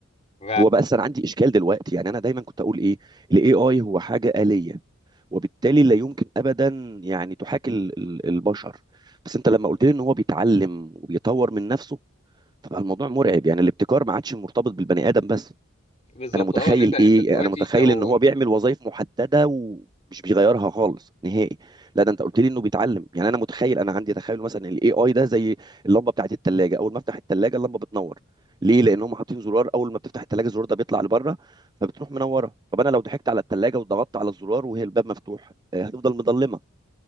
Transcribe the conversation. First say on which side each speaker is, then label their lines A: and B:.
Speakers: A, on the left (about 30°); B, on the right (about 20°).
A: ف
B: هو بقى انا عندي اشكال دلوقتي يعني انا دايما كنت اقول ايه الاي اي هو حاجه آلية وبالتالي لا يمكن ابدا يعني تحاكي ال- ال- البشر بس انت لما قلت لي ان هو بيتعلم وبيطور من نفسه فبقى الموضوع مرعب يعني الابتكار ما عادش مرتبط بالبني ادم بس
A: بالظبط
B: انا متخيل
A: اه ان انت انت
B: ايه
A: دلوقتي
B: انا متخيل
A: لو
B: ان هو بيعمل وظائف محدده ومش بيغيرها خالص نهائي لا ده انت قلت لي انه بيتعلم يعني انا متخيل انا عندي تخيل مثلا الاي اي ده زي اللمبه بتاعت الثلاجه اول ما افتح الثلاجه اللمبه بتنور ليه لان هم حاطين زرار اول ما بتفتح الثلاجه الزرار ده بيطلع لبره فبتروح منوره طب انا لو ضحكت على الثلاجه وضغطت على الزرار وهي الباب مفتوح آه، هتفضل مضلمه